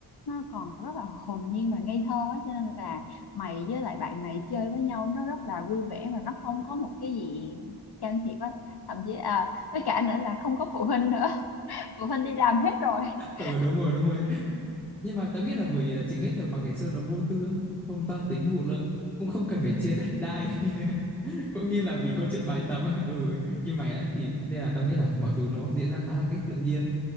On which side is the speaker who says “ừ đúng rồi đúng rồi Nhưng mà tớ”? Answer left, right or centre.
Centre